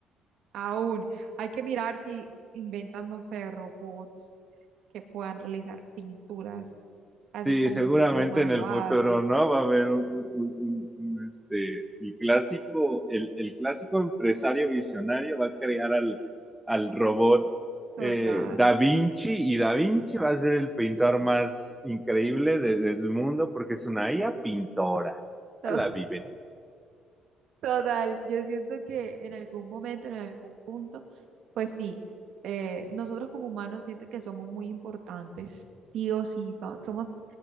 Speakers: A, on the right (about 55°); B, in the centre.
A: Aún hay que mirar si inventan, no sé, robots que puedan realizar pinturas así
B: Sí,
A: como
B: seguramente
A: un ser humano
B: en
A: lo
B: el
A: hace.
B: futuro, ¿no? Va a haber un, un- un- un- un, este, el clásico, el, el clásico empresario visionario va a crear al, al robot
A: Total,
B: eh, Da Vinci y Da Vinci va a ser el pintor más increíble de- del mundo porque es una IA pintora.
A: to-
B: Ya la
A: <laughs>
B: viven.
A: total. Yo siento que en algún momento, en algún punto, pues sí, eh, nosotros como humanos siento que somos muy importantes, sí o sí, va- somos